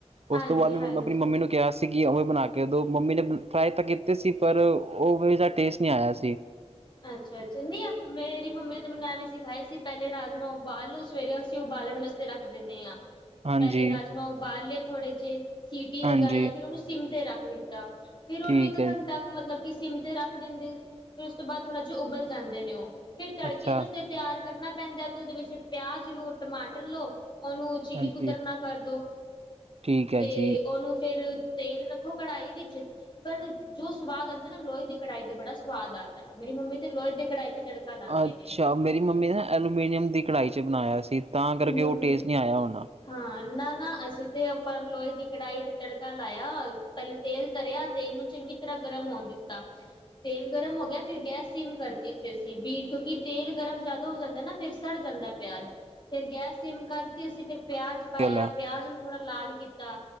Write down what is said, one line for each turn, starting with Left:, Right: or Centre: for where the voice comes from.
Left: ਹਾਂਜੀ
Right: ਓਸ ਤੋਂ ਬਾਦ ਮੈਂ
Left: ਹਾਂਜੀ
Right: ਅਪਣੀ ਮੰਮੀ ਨੂੰ ਕਿਹਾ ਸੀ ਕਿ ਉਵੋ ਬਣਾ ਕੇ ਦੋ ਮੰਮੀ ਨੇ ਟਰਾਏ ਤਾਂ ਕੀਤੇ ਸੀ ਪਰ ਔਵੇ ਜਾ ਟੇਸਟ ਨੀ ਆਇਆ ਸੀ।
Left: ਅੱਛਾ ਅੱਛਾ, ਨਹੀਂ ਅਪ ਮੇਰੀ ਮੰਮੀ ਨੇ ਤੇ ਮਨੂੰ ਐਵੇਂ ਸਿਖਾਯਾ ਸੀ ਪੈਲੇ ਰਾਜਮਾਂ ਉਬਾਲ ਲੋ, ਸਵੇਰੇ ਅਸੀਂ ਉਬਾਲਣ ਵਸਤੇ ਰੱਖ ਦਿੰਣੇ ਆਂ।
Right: ਹਾਂਜੀ,
Left: ਪੈਲੇ ਰਾਜਮਾਂ ਉਬਾਲ ਲੇ। ਥੋੜੇ ਜੇ। ਚ ਸੀਟੀ ਲਗਾਈ
Right: ਹਾਂਜੀ
Left: ਫਿਰ ਔਨੂੰ ਸਿਮ ਤੇ ਰੱਖ ਖਰੀਦਾ। ਫਿਰ ਔਨੂੰ
Right: ਠੀਕ
Left: ਇੱਕ
Right: ਹੈ
Left: ਘੰਟਾ ਕ ਮਤਲਬ ਕਿ ਸਿਮ ਤੇ ਰੱਖ ਦੇਂਦੇ ਫੇ ਉਸ ਉਸ ਤੋਂ ਬਾਦ ਥੋੜਾ ਜਾ ਉਬਲ ਜਾਂਦੇ ਨੇ ਔ। ਫਿਰ ਤੜਕੇ
Right: ਅੱਛਾ
Left: ਵਾਸਤੇ ਤਿਆਰ ਕਰਨਾ ਪੈਂਦੈ ਤੇ ਉਦੇ ਵਿੱਚ ਪਿਆਜ ਲੋ, ਟਮਾਟਰ ਲੋ। ਔਨੂੰ ਚਿਲੀ
Right: ਹਾਂਜੀ।
Left: ਕੁਤਰਨਾ ਕਰਦੋ।
Right: ਠੀਕ ਹੈ
Left: ਤੇ
Right: ਜੀ।
Left: ਔਨੂੰ ਫੇਰ ਤੇਲ ਰੱਖੋ ਕੜਾਹੀ ਵਿੱਚ ਪਰ ਜੋ ਸਵਾਦ ਆਂਦੈ ਨਾ ਲੋਹੇ ਦੀ ਕੜਾਹੀ ਦਾ ਬੜਾ ਸਵਾਦ ਆਂਦੈ। ਮੇਰੀ ਮੰਮੀ ਤੇ ਲੋਹੇ ਦੀ ਕੜਾਈ ਤੇ ਤੜਕਾ ਲਾਂਦੇ
Right: ਅੱਛਾ,
Left: ਨੇ।
Right: ਮੇਰੀ ਮੰਮੀ ਨਾ ਐਲੂਮੀਨੀਅਮ ਦੀ ਕੜਾਹੀ ਚ ਬਣਾਯਾ ਸ ਤਾਂ ਕਰਕੇ
Left: ਹੂੰ।
Right: ਔ ਟੇਸਟ ਨ੍ਹੀਂ ਆਯਾ ਹੋਣਾ।
Left: ਹਾਂ ਨਾ ਅਸੀਂ ਤੇ ਆਪਾਂ ਲੋਹੇ ਦੀ ਕੜਾਹੀ ਤੇ ਤੜਕਾ ਲਾਯਾ, ਪੈਲੇ ਤੇਲ ਤਰਿਆ ਤੇਲ ਨੂੰ ਚੰਗੀ ਤਰ੍ਹਾਂ ਗਰਮ ਹੋਣ ਦਿੱਤਾ, ਤੇਲ ਗਰਮ ਹੋ ਗਿਆ ਫਿਰ ਗੈਸ ਸਿਮ ਕਰਤੀ ਸੀ ਅਸੀਂ ਵੀ ਕਿਉਂਕਿ ਤੇਲ ਗਰਮ ਜੈਦਾ ਹੋ ਜਾਂਦੈ ਨਾ ਫਿਰ ਸੜ ਜਾਂਦੈ ਪਿਆਜ। ਫਿਰ ਗੈਸ ਸਿਮ ਕਰਤੀ ਅਸੀਂ ਫਿਰ ਪਿਆਜ਼ ਪਾਯਾ
Right: ਗੱਲ ਹੈ।
Left: ਪਿਆਜ਼ ਨੂੰ ਥੋੜਾ ਲਾਲ ਕੀਤਾ